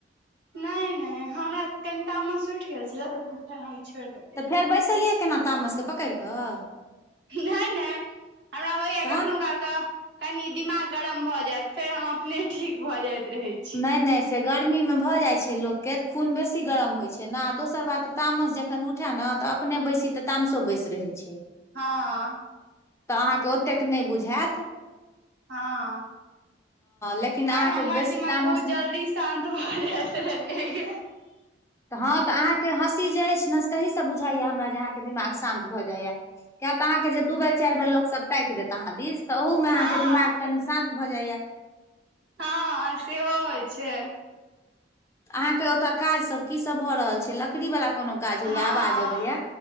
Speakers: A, on the right; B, on the left.
A: नै‌नै हमरा कनि तामस उइठ गेल छलै लेकिन फेर हम छोड़ि देल
B: तऽ फेर बैसलियै केना तामसके पकैर कऽ।
A: नै नै हमरा होय यऽ
B: तहन
A: कखनो काल कऽ कनी दिमाग गरम भए जायत फेर हम अपने ठी। क भए जायत रहै छी
B: नै नै से गर्मीमे भऽ जाइ छै लोकके खून बेसी गरम होइ छै ने दोसर बातऽ तामस जखन उठए ने तऽ अपने बैसी तऽ तामसो बैस रहै छै
A: हँ।
B: त अहा के ओतेक नै बुझेत
A: हँ
B: लेकिन
A: और
B: अहाँके
A: हमर
B: बेसी
A: दिमाग
B: तामस
A: बहुत
B: तऽ
A: जल्दी शान्त भऽ जैत रहै य
B: तऽ हँ तऽ अहाँके हँसी जे अछि ने तहीस बुझाइए हमरा जे अहाँके दिमाग शान्त भऽ जाइए। किया तऽ अहाँ के जे दू बेर चारि बेर लोक सब ताकि देत अहाँ दिस तऽ ओहू मे
A: हँ
B: अहाँ के दिमाग कनी शान्त भऽ जाय।
A: हँ सेहो होइ छै।
B: अहाँके ओतय काजसभ कीसभ भऽ रहल छै लकड़ी वाला कोनो काज होइया
A: हँ
B: आवाज अबैया।